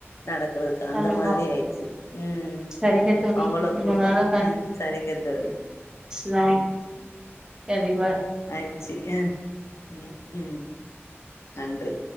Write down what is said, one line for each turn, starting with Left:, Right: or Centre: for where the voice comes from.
Left: நடக்றதுக்கு அந்த
Right: கண்டிப்பா
Left: மாதிரி ஆய்ச்சு ம்
Right: சரிங்க தோழி
Left: அவ்வள
Right: இன்னொரு
Left: கூட்டொ
Right: நாள்ல
Left: ம் சரிங்க தோழி
Right: நா ஏ நீமா
Left: ஆயிருச்சு எ ம்கு நன்றி